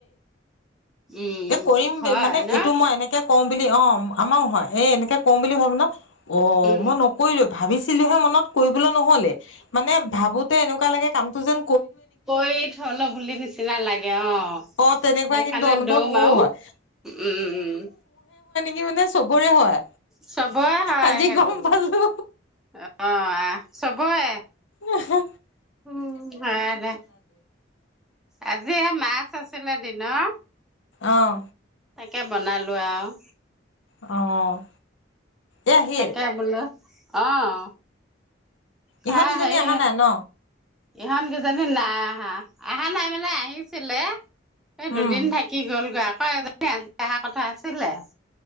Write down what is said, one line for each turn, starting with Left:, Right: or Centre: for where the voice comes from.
Centre: উম
Left: এ কৰিম
Centre: হয়
Left: মানে
Centre: ন
Left: এইটো মই এনেকে কওঁ বুলি অ আমাৰো হয় এই এনেকে কম বুলি ভাবো ন অ
Centre: উম
Left: মই নকৰিওৱে ভাবিছিলোহে মই কৰিবলৈ নহলে মানে ভাবোতে এনেকুৱা লাগে কাম তুজন
Centre: কৈ থলো বুলি নিচিনা লাগে অ
Left: অ তেনেকুৱা
Centre: সেইকাৰণে
Left: কিন্তু অনুভৱ
Centre: দৌ
Left: মোৰো
Centre: মাও
Left: হয়
Centre: উম
Left: কি মানে চবৰে হয়
Centre: চবৰে হয়
Left: আজি
Centre: আ
Left: গম পালো
Centre: আহ চবয়ে
Left: উহো
Centre: উম হয় দে আজি এ মাছ আছে হৈছে নে দিনৰ
Left: অহ
Centre: তাকে বনালো আৰু
Left: অ এ আহিল
Centre: তাকে বোলো অহ তা
Left: ইহঁত দুজনী
Centre: সেই
Left: অহা নাই ন
Centre: ইহত গেজনী নাই আহা আহা নাই মানে আহিছিলে এ দুদিন
Left: উম
Centre: থাকি গ'লগৈ আও অহ এজনী অহা কথা আছিলে